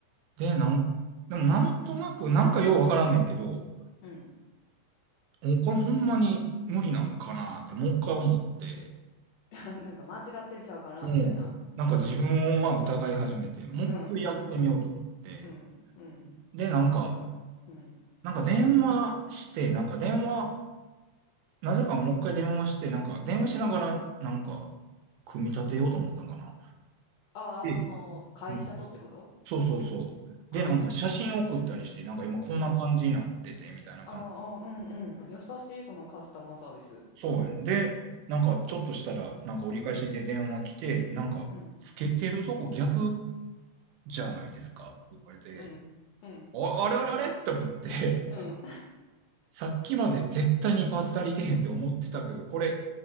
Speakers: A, on the right; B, on the left.
A: で、なん、
B: うん、
A: でもなんとなく、なんかようわからんねんけど、
B: うん。
A: もうこれほんまに無理なんかなってもう一回思って、
B: <laughs> なんか間違ってんちゃうかなみたいな。
A: うん。なんか自分をまあ疑い始めて、
B: うん、
A: もう一回やってみようと思って。
B: うん、うん、うん、うん、うん。
A: で、なんか、
B: 偉い。うん。
A: なんか電話して、なんか電話、なぜかもう一回電話して、なんか電話しながら、なんか、組み立てようと思ったんかな。
B: ああ、
A: で
B: その、会社とってこと
A: うん。そうそうそう。
B: ああー、
A: で、なんか写真送ったりして、なんか今こんな感じになってて、
B: うん。
A: みたいな感じ。
B: ああ、うん、うん。優しい、そのカスタマーサービス。
A: そうやん。で、なんかちょっとしたら、なんか折り返しで電話来て、
B: うん、
A: なんか、
B: うん、
A: つけてるとこ逆じゃないですかって言われて、
B: うん、うん、うん、
A: あ、あれあれあれって思って、
B: うん、
A: さっきまで絶対にパーツ足りてへんって思ってたけど、これ、